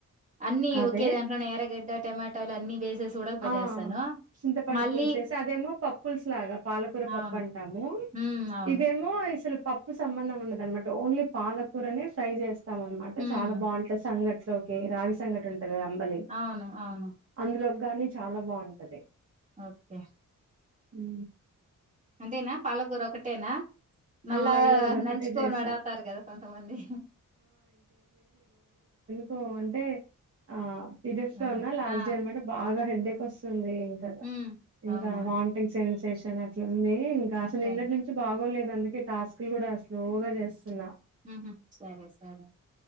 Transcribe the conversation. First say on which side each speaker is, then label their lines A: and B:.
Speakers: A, on the right; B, on the right.
A: అన్ని
B: అదే
A: ఒకే దాంట్లోనే ఎర్రాగడ్డా టమాటాలు అన్ని వేసేసి ఉడక పెట్టేస్తాను
B: ఆ చింతపండు
A: మళ్ళీ
B: పులుసేసి అదేమో పప్పులుస్ లాగా పాలకూర పప్పు
A: అవును
B: అంటా
A: హ్మ్ అవును
B: ఇదేమో ఇసిల్ పప్పు సంబంధం ఉండదనమాట ఓన్లీ పాలకూరనే ఫ్రై చేస్తాం అనమాట
A: హ్మ్
B: చాలా బాగుంటుది సంఘట్ లోకి రాగి సంగటి ఉంటుం రాంబలి
A: అవును అవును
B: అందులో కానీ చాలా బాగుంటది
A: ఓకే
B: హు
A: అంతేనా పాలకూర ఒకటేనా మళ్ళా
B: ఆ ఈరోజు అదొక్కటే
A: నంచుకొని
B: చేసా
A: అడగతారు కదా కొంతమంది
B: కో అంటే ఆ పీరియడ్స్
A: ఆ
B: లో ఉన్న లాస్ట్
A: ఆ
B: డే అన్నమాట బాగా హెల్ ఇక వస్తుంది ఇందా
A: హ్మ్
B: ఇంకా
A: అవునా
B: వాంటింగ్ సెన్స్ షన్ అట్ల ఉంది ఇం అసలు
A: సరే
B: నీన్నటి నుంచి బాగోలేదు అందుకే టాస్క్ లు కూడ స్లోగ చేస్తున్న
A: ఉహ్మ సరే సరే